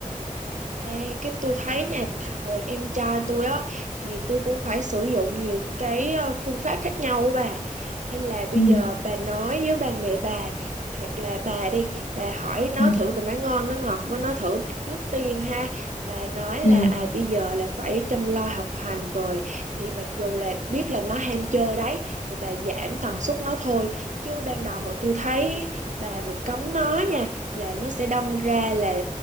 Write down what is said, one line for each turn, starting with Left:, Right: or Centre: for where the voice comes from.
Right: Ê, cái tôi thấy nha hồi em trai tôi á thì tôi cũng phải sử dụng nhiều cái ờ, phương pháp khác nhau á bà hay là bây
Left: Ừ,
Right: giờ bà nói với ba mẹ bà hoặc là bà đi bà hỏi nó
Left: ừ,
Right: thử bà nói ngon nó ngọt với nó thử trước tiên ha bà nói là
Left: ừ,
Right: à bây giờ là phải chăm lo học hành rồi thì mặc dù là biết là nó ham chơi đấy thì bà giảm tần suất nó thôi chứ ban đầu mà tôi thấy bà mà cấm nó nha là nó sẽ đâm ra là